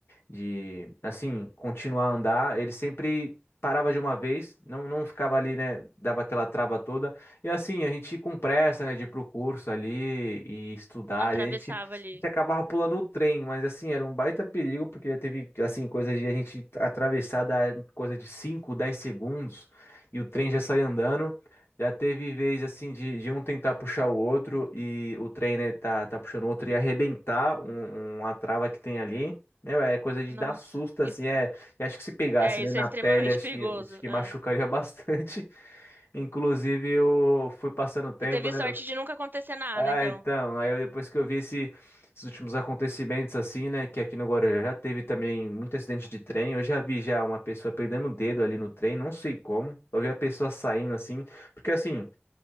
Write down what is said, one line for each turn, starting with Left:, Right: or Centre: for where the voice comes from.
Left: de assim, continuar a andar. Ele sempre parava de uma vez, não, não ficava ali, né? Dava aquela trava toda. E assim, a gente ia com pressa, né, de ir pro curso ali e estudar.
Right: Atravessava
Left: ali, a gente, a
Right: ali.
Left: gente acabava pulando o trem, mas assim, era um baita perigo, porque já teve, assim, coisa de a gente atravessar da coisa de 5 10 segundos e o trem já sai andando. Já teve vez assim de, de um tentar puxar o outro e o trem, né, tá, tá puxando o outro e arrebentar um, um, uma trava que tem ali. Meu, é coisa de
Right: Nossa,
Left: dar susto, assim,
Right: isso-
Left: é. E acho que se pegasse,
Right: é,
Left: né,
Right: isso
Left: na
Right: é extremamente
Left: pele, acho
Right: perigoso.
Left: que, acho que
Right: é.
Left: machucaria bastante. <laughs> Inclusive, eu fui passando tempo,
Right: Você teve
Left: né?
Right: sorte de nunca acontecer nada,
Left: Ah,
Right: então.
Left: então, aí eu- depois que eu vi esse- esses últimos acontecimentos, assim, né, que aqui no Guarujá já teve também muito acidente de trem. Eu já vi já uma pessoa perdendo o dedo ali no trem, não sei como. Eu vi a pessoa saindo, assim, porque assim.